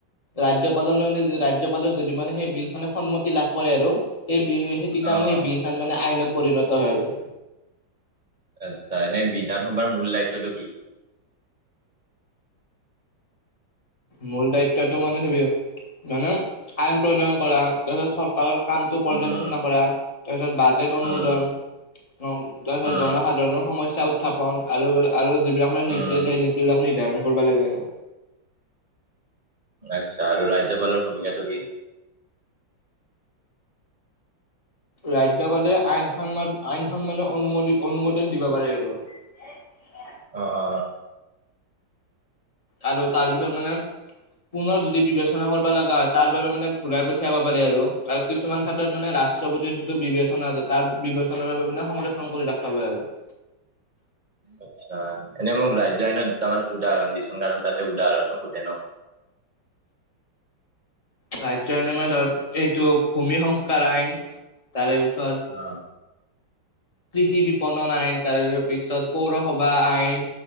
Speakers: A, on the left (about 20°); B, on the right (about 25°).
A: ৰাজ্যপালৰ মান ৰাজ্যপালৰ যদি মানে সেই বিলখনে সন্মতি লাভ কৰে আৰু সেই বিল সেইটো তাৰ
B: অ',
A: মানে সেই বিল খ মানে আইনত পৰিণত হয় আৰু
B: আচ্ছা এনেই বিধানসভাৰ মূল দায়িত্বটো কি
A: মূল দায়িত্বটো মানে সেবি মানে আইন প্ৰণয়ন কৰাৰ চৰকাৰৰ কামটো পৰ্যালোচনা
B: উম, উম,
A: কৰা তাৰপিছত বাজেট অনুমোদন
B: উম,
A: তাৰপিছত
B: উম,
A: জনসাধাৰণৰ সমস্যা উত্থাপন আৰুাক আৰু যিবিলাক মানে
B: উম,
A: নীতি আছে সেই নীতি বিলাক নিৰ্ধাৰণ কৰিব লাগে আৰু
B: আচ্ছা আৰু ৰাজ্যপালৰ ভূমিকাটো কি
A: ৰাজ্পালে আইন সন্মান আইন সন্মানে অনুমোদ অনুমোদন দিব পাৰে আৰু অ
B: অ অ
A: আৰু তাৰপিছত মানে পুনৰ যদি বিবেচনা কৰিব লগা হয় তাৰ বাবে মানে ঘূৰাই পঠিয়াব পাৰে আৰু কিছুমান হাতত মানে ৰা ৰাষ্ট্ৰপতিৰ যিটো বিবেচনা আছে তাৰ বিবেচনাৰ বাবে মানে সংৰক্ষণ কৰি ৰাখা হয় আৰু <inaudible>
B: আচ্ছা এনে মোক ৰাজ্য আইনত দুটামান উদাহৰণ দিচোন কাৰণ তাতে উদাহৰণো সোধে ন
A: ৰাজ্য আইনৰ মানে ধ এইটো ভূমি সংস্কাৰ আইন তাৰে পিছত
B: অ'
A: কৃষি বিপণন আইন তাৰে পিছত পৌৰসভা আইন